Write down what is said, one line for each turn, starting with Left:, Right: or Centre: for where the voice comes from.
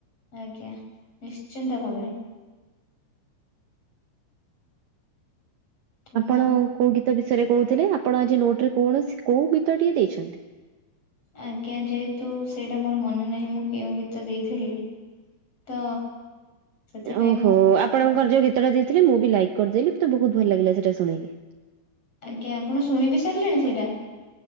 Left: ଆଜ୍ଞା ନିଶ୍ଚିନ୍ତ ଭାବରେ। ତ ମୁଁ
Right: ଆପଣ କୋଉ ଗୀତ ବିଷୟରେ କହୁଥିଲେ ଆପଣ ଆଜି ନୋଟ ରେ କୌଣସି କୋଉ ଗୀତ ଟିକଏ ଦେଇଛନ୍ତି?
Left: ଆଜ୍ଞା ଯେହେତୁ ସେଇଟା ମୋର ମନେ ନାହିଁ ମୁଁ କେଉଁ ଗୀତ ଦେଇଥିଲି ତ ସେଥିପାଇଁ
Right: ଓହୋ
Left: ମୁଁ ଆପଣଙ୍କୁ
Right: ଆପଣଙ୍କର ଯୋଉ ଗୀତଟା ଦେଇଥିଲଥିଲେ ମୁଁ ବି ଲାଇକ୍ କରିଦେଲି ତେ ବହୁତ ଭଲ ଲାଗିଲା ସେଇଟା ଶୁଣିକି।
Left: ଆଜ୍ଞା ଆପଣ ଶୁଣି ବି ସାରିଲେଣି ସେଇଟା?